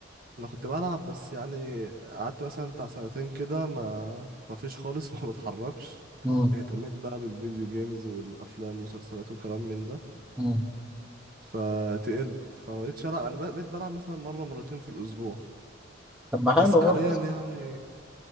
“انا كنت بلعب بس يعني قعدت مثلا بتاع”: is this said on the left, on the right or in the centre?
Right